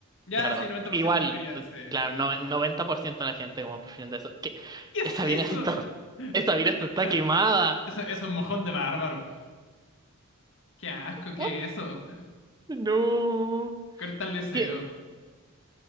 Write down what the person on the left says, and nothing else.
Ya,
sí, 90%
quería ese
polenta.
¿Qué es
eso?
<laughs>
Eso, eso es un mojón de bárbaro. Qué asco, ¿qué
es eso?
Corta el deseo.